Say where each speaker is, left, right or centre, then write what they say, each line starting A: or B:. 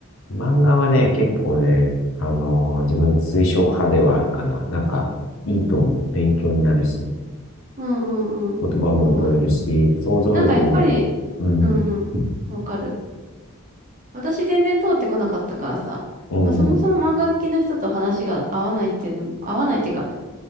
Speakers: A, on the left; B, on the right.
A: 漫画はね、結構ね、あのー自分推奨派ではあるかな。なんか、いいと思う。勉強になるし、
B: うんうんうん。
A: 言葉も覚えるし、
B: そう。
A: 想像力も、
B: なんかやっぱり、
A: うん、
B: うんうん、わかる。私全然通ってこなかったからさ、
A: うん、
B: まあ、そもそも漫画好きな人と話が合わないっていうのも、合わないっていうか、